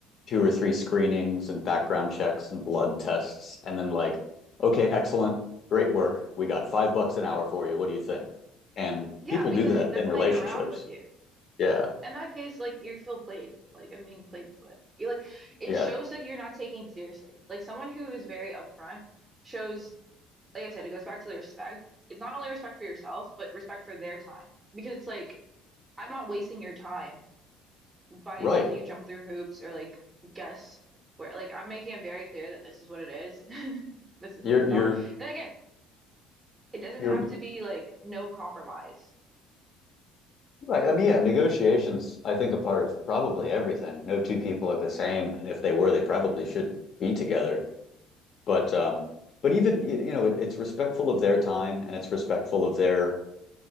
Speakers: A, on the left; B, on the right.
A: two or three screenings and background checks and blood tests, and then like, okay, excellent, great work. We got five bucks an hour for you. What do you think? And
B: Yeah,
A: people
B: because
A: do that
B: they're
A: in
B: playing
A: relationships.
B: around with you.
A: Yeah,
B: In that case, like you feel played. Like I'm being played with. You like it
A: yeah,
B: shows that you're not taking seriously. Like someone who is very upfront shows, like I said, it goes back to the respect. It's not only respect for yourself, but respect for their time. Because it's like I'm not wasting your time by
A: right.
B: making you jump through hoops or like guess where like I'm making it very clear that this is what it is. <laughs> This is
A: You're
B: what's
A: you're
B: not. And again, It doesn't
A: you're
B: have to be like no compromise.
A: Right. I mean, yeah, negotiations, I think, are part of probably everything. No two people are the same,
B: Yeah,
A: and if they were, they probably should be together. But um, but even y- you know, it, it's respectful of their time and it's respectful of their